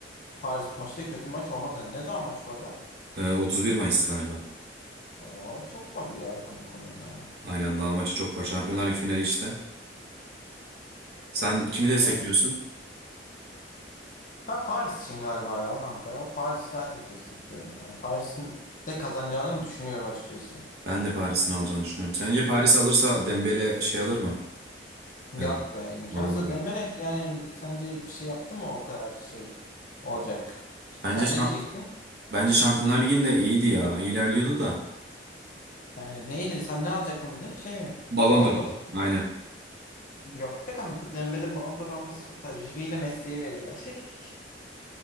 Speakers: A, on the left (about 45°); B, on the right (about 60°).
A: Paris maçı da kötü bir maç olmaz bence. Ne zaman maç var da?
B: Ee, 31 Mayıs galiba.
A: Oo, çok var ya kanka konuda ya.
B: Aynen daha maça çok var. Şampiyonlar Ligi finali işte. Sen kimi destekliyorsun?
A: Ya Ben Paris'ciyim galiba ya kanka. Paris'i daha çok destekliyorum. Yani Paris'in de kazanacağını düşünüyorum açıkçası.
B: Ben de Paris'in alacağını düşünüyorum. Sence Paris alırsa Dembele şey alır mı?
A: Yok
B: Ee,
A: be imkansız
B: Ballon d'Or.
A: Dembele yani sence bir şey yaptı mı o kadar şey olacak? İşte
B: Bence
A: sen
B: şa-
A: ne diyecektin?
B: bence Şampiyonlar Ligi'nde iyiydi ya. İlerliyordu da.
A: Yani neydi sen ne alacak mı dedin şey mi?
B: Ballon
A: Ballon
B: d'Or.
A: d'Or.
B: Aynen.
A: Yok be kanka. Dembe'nin Ballon d'Or alması çok saçma. Şimdi yine Messi'ye verirler. <laughs>